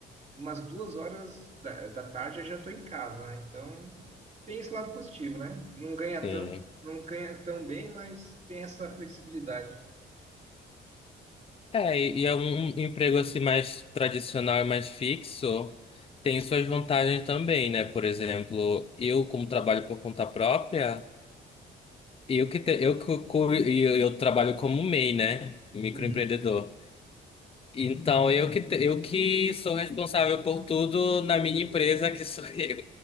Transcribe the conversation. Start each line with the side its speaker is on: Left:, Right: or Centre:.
Right: umas duas horas da, da tarde eu já tô em casa, né? Então tem esse lado positivo, né? Não ganha
Left: Sim.
Right: tanto, não ganha tão bem, mas tem essa flexibilidade.
Left: É, e e é um emprego assim mais tradicional e mais fixo, tem suas vantagens também, né? Por exemplo, eu como trabalho por conta própria, eu que te- eu, que cu- e eu, eu trabalho como MEI, né? Microempreendedor.
Right: Uhum,
Left: Então, eu que, te- eu que sou responsável por tudo na minha empresa, que sou <laughs> eu.